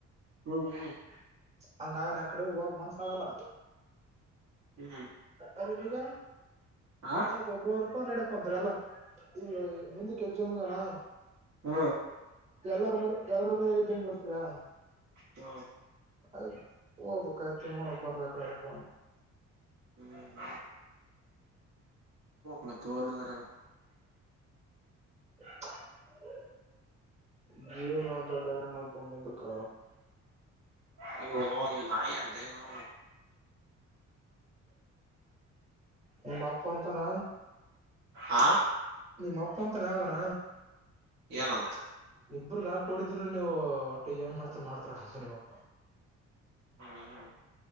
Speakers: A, on the right; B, on the right.
A: ಹ್ಮ್ ಹ್ಮ್
B: ಹಂಗನೆ ಎಕಡೆ ಮನಸಾಗಲ್ಲ
A: ಹ್ಮ್
B: ಅದ ನಿಗಾನ
A: ಹಾ
B: ಆಯ್ತು ಒಬ್ರ ಒಂದೂಪ ನೆಡಪ ಅಂತ್ರ ಅಲ್ಲ ಈಗ ಮುಂದಕ್ಕೆ ಎಕ್ಜಮಗನಾ
A: ಹ್ಮ್
B: ಎಲ್ಲರ ಮನೆ ಎಲ್ರ ಮನೆಾಗ್ದಂಗೆ ಇರ್ತವಯ
A: ಹ್ಮ್
B: ಆಯ್ತ ಹೋಗ್ಬೇಕಯ್ತ ನೋಡಕ್ ಬರ್ಬೇಕ ಪ್ರಯೋಗ
A: ಹ್ಮ್ ಮ ತರ
B: <unintelligible> ಜೀವನ ದಡ್ಡಾರಾಣಕ್ಂಬಂದಕ್ಕ
A: ನೀವು ನೋ ನೀವು ನಾಯಿ ಅಂದ ನೋ
B: ನಿಮ್ಮ ಅಪ್ಪ ಅಂತಾನ
A: ಹಾ
B: ನಿಮ್ಮ ಅಪ್ಪ ಅಂತಾನ ಯಗಣ
A: ಏನಂತ
B: ಇಬ್ರು ಗನ ಕೊಡಿದ್ರ ನೀವು ಒಟ್ಟ ಏನ್ ಮಾಡ್ತಾರ ಮಾಡ್ತಾರಟ ಅಂತ ನಿಮ್ಮಪ್ಪ
A: ಹ್ಮ್